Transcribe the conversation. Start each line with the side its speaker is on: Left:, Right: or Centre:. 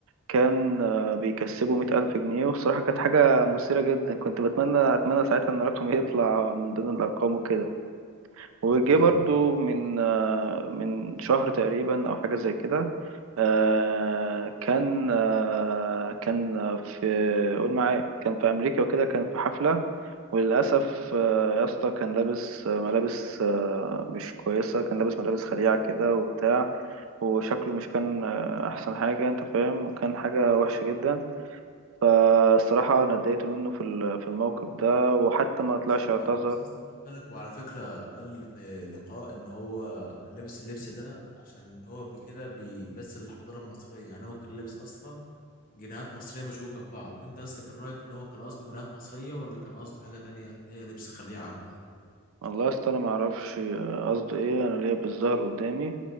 Right: كان آه بيكسبه مئة ألف جنيه والصراحة كانت حاجة مثيرة جدا كنت بتمنى أتمنى ساعتها إن رقمي يطلع من ضمن الأرقام وكده وجه
Left: اه
Right: برضو من آه من شهر تقريبا أو حاجة زي كده آه كان آه كان في قول معايا كان في أمريكا وكده كان في حفلة وللأسف آه، يا اسطى كان لابس آه، ملابس آه، مش كويسة كان لابس ملابس خليعة كده وبتاع وشكله مش كان آه، أحسن حاجة أنت فاهم وكان حاجة وحشة جدا فالصراحة أنا اتضايقت منه في ال- في الموقف ده وحتى ما طلعش
Left: بس
Right: اعتذر
Left: بس خد بالك وعلى فكرة قال في لقاء إن هو كان لابس اللبس ده عشان هو بكده بيمثل الحضارة المصرية يعني هو كان لابس أصلا جنيهات مصرية مشبوكة في بعض أنت أصلا كان رأيك إن هو كان قصده جنيهات مصرية ولا كان قصده حاجة تانية اللي هي لبس خليعة وكده
Right: والله يا اسطى أنا معرفش آه، قصده إيه أنا ليا بالظهر قدامي